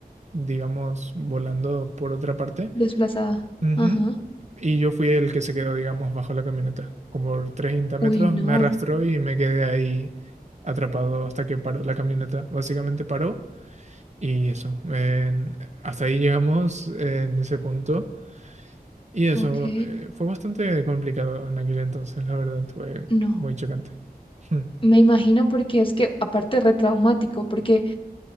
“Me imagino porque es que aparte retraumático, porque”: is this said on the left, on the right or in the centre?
Left